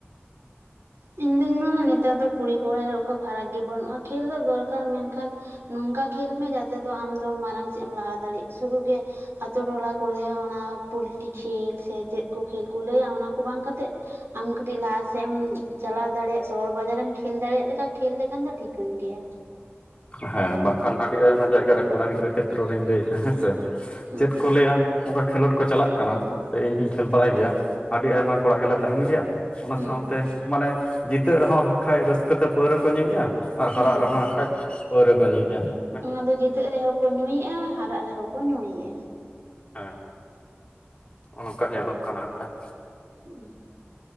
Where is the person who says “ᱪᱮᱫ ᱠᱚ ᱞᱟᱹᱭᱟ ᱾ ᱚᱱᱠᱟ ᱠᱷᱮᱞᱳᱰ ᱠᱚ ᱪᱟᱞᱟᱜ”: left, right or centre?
Left